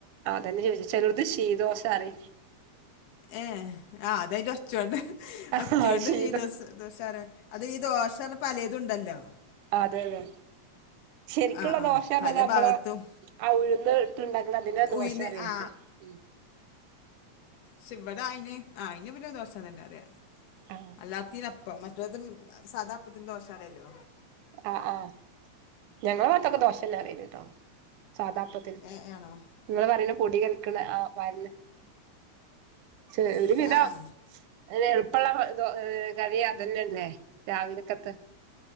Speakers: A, on the right (about 85°); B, on the left (about 80°).
A: തന്നെ ചോദിച്ചു ചെലോത് ശീതോശാണ്
B: ഏ. ആ അത അയിറെ ഒച്ചൊണ്ട്
A: ആഹ്
B: ഒച്ചൊണ്ട്
A: ശീതം
B: ശീദോസ് ദോശറിയാ അത് ഈ ദോശ ത്തുണ്ടല്ലോ
A: അതെലെ ശെരിക്കുള്ള
B: ആ ആ
A: ദോശർഞ്ഞത്
B: പല
A: അമ്മളെ
B: ഭാഗത്തും
A: ആ ഉഴ്ന്ന് ഇട്ട്ണ്ടാക്ക്ണ അതിനാ ദോശറിയാ
B: ഉയിന്ന് ആ
A: ഉം
B: ശെ ഇവിടായിന് ആഹ് അയിന് പിന്ന ദോശാന്നന്നറിയാ
A: ആഹ്
B: അല്ലാത്തിന് പ്പം മറ്റേതും സാദാ അപ്പത്തിന് ദോശറിയല്ലോ.
A: ആഹ് ആഹ് ഞങ്ങളെ ഭാത്തൊക്കെ ദോശെന്നാറയല് ട്ടോ. സാദാ അപ്പത്തിന്
B: ഏ ആണോ
A: ഇങ്ങള് പറയ്ണ പൊടി കലക്ക്ണ ആ പാര്ന്ന ചെ ഒരു
B: ഉം,
A: വിധം
B: ആ ആ
A: ഏ എൾപ്പള്ള ദോ ഏഹ് കടി അതന്നെന്നെ രാവിലക്കത്തെ